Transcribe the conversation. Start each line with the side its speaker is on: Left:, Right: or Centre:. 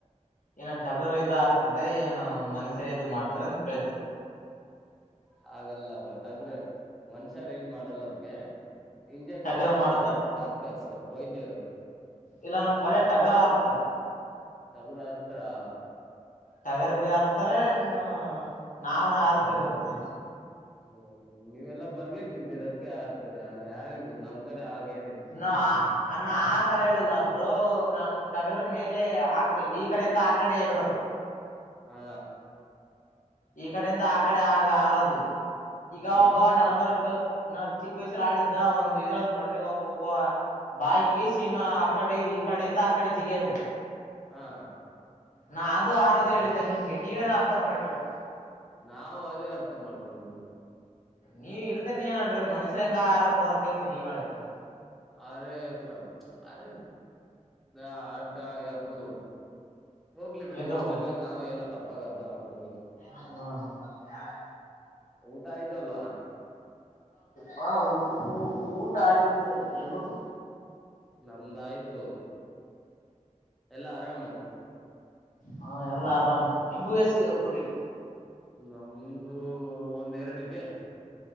Left: ಏನ ಟಗರ್ ಇದ ಆಗ್ತದೆ ಏನ ಮನಸ್ಯರ ಇ ಮಾಡ್ತಾರ ಅಂತ ಕೇಳತಿತ್ತು
Centre: ಹಾಗಲ್ಲ ಬತ್ತಂದ್ರೆ ಮನ್ಷ ಚರ್ ಏನ್ ಮಾಡಲ್ಲದಕ್ಕೆ ಇಂಜೆಕ್ಷನ್
Left: ಟಗರ್
Centre: ಹಾಕ್ತಾರೆ
Left: ಮಾಡ್ತ
Centre: ಡಾಕ್ಟರ್ಸ್ ವೈದ್ಯರು
Left: ಇಲ್ಲಾ ನಮ್ ಕಡೆ ಟಗರ್ ಆರಸ್ತಾರೆ
Centre: ತಗರರ್ತಳಾ
Left: ಟಗರ್ ಬಿ ಆರಸ್ತಾರೆ ಇನ್ನು ನಾವ್ನ ಆರ್ತಿರೋದಕ್ಕೆ
Centre: ಹ ನೀವೆಲ್ಲಾ ಬರ್ಗೇಟ್ ನಿಂತೀರ ಅದಕ್ಕೆ ಆರ್ ಯಾವಾರಿಗು ನಮ್ ಕಡೆ ಆಗೇ
Left: ನ ಅನ್ನ ಆತರ ಹೇಳಿಲ್ಲ ಬ್ರೋ ನಾನು ಟಗರ್ ಮೇಲೆ ಆ ಈ ಕಡೆಯಿಂದ ಆ ಕಡೆ ಹಗರೋದು
Centre: ಹಾ
Left: ಈ ಕಡೆಯಿಂದ ಆ ಕಡೆ ಆಗ ಆರದು ಈಗ ಒಬ್ಬಾ
Centre: ನಾವು
Left: ನಬರಕ್ಕೆ ನಾವ ಚಿಕ್ಕ ವಯಸ್ಸಲ್ಲಿ ಆಡಿದ್ದ ಒಂದು ಇದೇತ್ ನೋಡ್ರಿ ಒಬ್ಬ ಒಬ್ಬ ಬಾಗಿಗೆ ಶೀನಾ ಆಕಡೆ ಈ ಕಡೆಯಿಂದ ಆಕಡೆ ಜಿಗಿಯೋದು
Centre: ಹಾ
Left: ನಾ ಅದುೂ ಆರದ ಹೇಳಿದ್ದೇನೆ ನಿಮ್ಗೆ ನೀವೇನೋ ಅರ್ಥ ಮಾಡಿಕೊಂಡ್ರಿ
Centre: ನಾವು ಅದೇ ಅರ್ಥ ಮಾಡ್ಕೊಂಡ್ವಿ
Left: ನೀವ ಇಡ್ತನ ಏನನ್ಮನುಷ್ಯರ ಹೆಂಗ ಆರೋಗ ಬರತ್ತಂತ ನೀವ್ ಹೇಳ್ತೀರ
Centre: ಅರೆ ಅರೆ ನ ಅಡ್ ಅದು ಹೋಗ್ಲಿ ಬಿಡಿ
Left: ಇದು
Centre: ಮಿಸ್ಟೇಕ್ಗ ನಾವ ಏನು ತಪ್ಪ ಪಪ್ಪಾಗ ಅರ್ಧ ಮಾಡ್ಕೊಂಡವಿ
Left: ಹ ಹ
Centre: ಊಟ ಆಯ್ತ ಅಲ್ವಾ
Left: ಹಾ ಊಟ ಆಗಿದೆ ನಿಬದು
Centre: ನಮ್ದ ಆಯ್ತು ಎಲ್ಲಾ ಆರಾಮು
Left: ಹಾ ಎಲ್ಲಾ ಆರಾಮು ನಿಂಬು ವೇಸಿ ಕುರಿ
Centre: ನಮ್ದು ಒಂದೆರಡು ಇದೆ